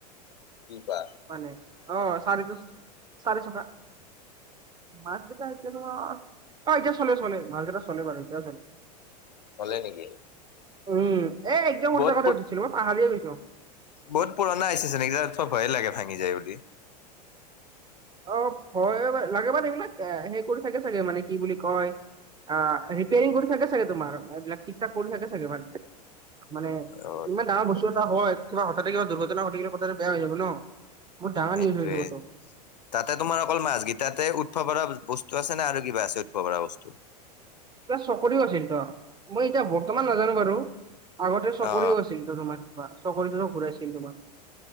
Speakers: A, on the left; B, on the right.
A: কি পা
B: মানে অ' চাৰিটো চাৰিচকা। মাছকেইটা এতিয়া অ' অ' এতিয়া চলে চলে মাছকেইটা চলে বাৰু এতিয়া চলে।
A: চলে নেকি?
B: উম, এ একদম সৰু
A: বহুত
B: থাকোতে উঠিছিলো, মই পাহাৰয়ে গৈছো।
A: বহুত পুৰণা হৈছে যেন এইবিলাক থ ভয় লাগে ভাঙি যায় বুলি।
B: অ' ভয় লাগে মানে এইবিলাক এ সে কৰি থাকে চাগে মানে কি বুলি কয় অ' ৰিপেয়াৰিং কৰি থাকে চাগে তোমাৰ এইবিলাক ঠিক ঠাক কৰি থাকে চাগে। মাজতে মানে
A: অ
B: ইমান ডাঙৰ বস্তু এটা হয় কিবা হঠাতে কিবা দুৰ্ঘটনা ঘটিলে কথাটো বেয়া হৈ যাব ন। বহুত ডাঙৰ
A: সেইটোয়ে
B: নিউজ হৈ যাব টো।
A: তাতে তোমাৰ অকল মাছ কেইটাতে উঠিব পৰা বস্তু আছে নে আৰু কিবা আছে উঠিব পৰা বস্তু?
B: ত চকৰিও আছিল তো, মই এতিয়া বৰ্তমান নাজানো বাৰু, আগতে চকৰিও
A: অ
B: আছিল। তোমাৰ কিবা চকৰিটোতু ঘূৰাইছিল তোমাক।